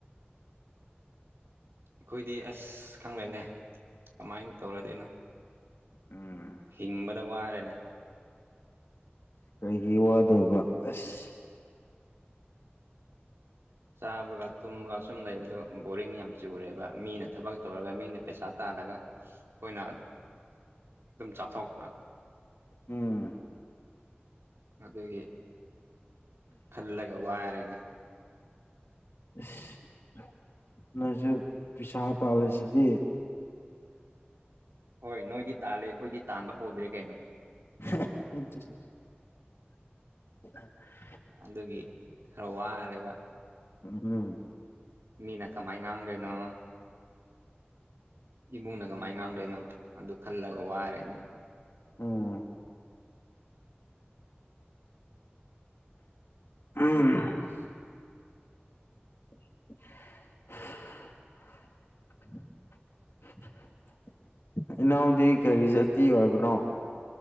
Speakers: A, on the right; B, on the left.
A: ꯑꯩꯈꯣꯏꯗꯤ ꯑꯁ ꯈꯪꯗꯦꯅꯦ ꯀꯃꯥꯏꯅ ꯇꯧꯔꯗꯣꯏꯅꯣ
B: ꯎꯝ
A: ꯍꯤꯡꯕꯗ ꯋꯥꯔꯦꯅꯦ
B: ꯀꯔꯤꯒꯤ ꯋꯗꯣꯏꯕ ꯑꯁ
A: ꯆꯥꯕꯒ ꯇꯨꯝꯕꯒ ꯁꯨꯝ ꯂꯩꯕꯗꯣ ꯕꯣꯔꯤꯡ ꯌꯥꯝ ꯆꯨꯔꯦꯕ ꯃꯤꯅ ꯊꯕꯛ ꯇꯧꯔꯒ ꯃꯤꯅ ꯄꯩꯁꯥ ꯇꯥꯜꯂꯒ ꯑꯩꯈꯣꯏꯅ ꯑꯗꯨꯝ ꯆꯥꯊꯣꯛꯄꯥ
B: ꯎꯝ
A: ꯑꯗꯨꯒꯤ ꯈꯜꯂꯒ ꯋꯥꯔꯦꯅꯦ
B: ꯏꯁ ꯅꯣꯏꯁꯨ ꯄꯩꯁꯥ ꯇꯥꯜꯂꯤꯁꯤꯗꯤ
A: ꯍꯣꯏ ꯅꯣꯏꯗꯤ ꯇꯥꯜꯂꯦ ꯑꯩꯈꯣꯏꯗꯤ ꯇꯥꯟꯕ ꯍꯧꯗ꯭ꯔꯦ ꯀꯩꯅꯣ
B: <unintelligible> <inaudible>
A: ꯑꯗꯨꯒꯤ ꯈꯔ ꯋꯥꯔꯦꯕ
B: <unintelligible>
A: ꯃꯤꯅ ꯀꯃꯥꯏ ꯉꯥꯡꯗꯣꯏꯅꯣ ꯏꯕꯨꯡꯅ ꯀꯃꯥꯏ ꯉꯥꯡꯗꯣꯏꯅꯣ ꯑꯗꯨ ꯈꯥꯜꯂꯒ ꯋꯥꯔꯦꯅꯦ
B: ꯎꯝ ꯎꯝ <unintelligible> ꯏꯅꯥꯎꯗꯤ ꯀꯔꯤ ꯖꯥꯇꯤ ꯑꯣꯏꯕꯔꯣ